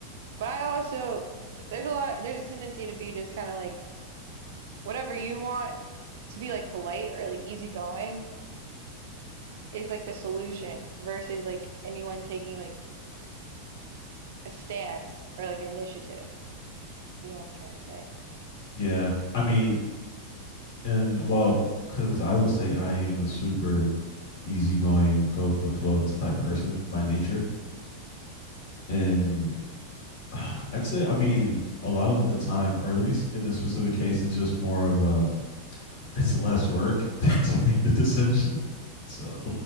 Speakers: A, on the right; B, on the left.
A: But I also there's a lot there's a tendency to be just kind of like whatever you want to be like polite or like easygoing is like the solution versus like anyone taking like a stance or like initiative. Do you know what I'm trying to say?
B: yeah. I mean, and well, because I would say I am a super easygoing, go with the flow type person by nature. And <sighs> I'd say, I mean, a lot of the time, or at least in this specific case, it's just more of a, it's less work <laughs> to make the decision. <laughs> So,